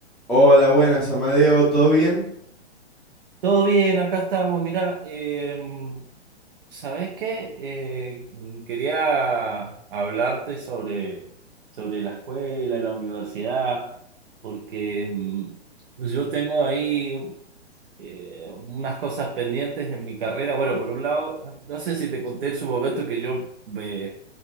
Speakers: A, in the centre; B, on the right.
A: Hola, buenas, Amadeo, ¿todo bien?
B: Todo bien, acá estamos. Mirá, em, ¿sabés qué? Eh, mm, quería hablarte sobre, sobre la escuela, la universidad, porque mm, yo tengo ahí eh, unas cosas pendientes en mi carrera. Bueno, por un lado, no sé si te conté en su momento que yo me,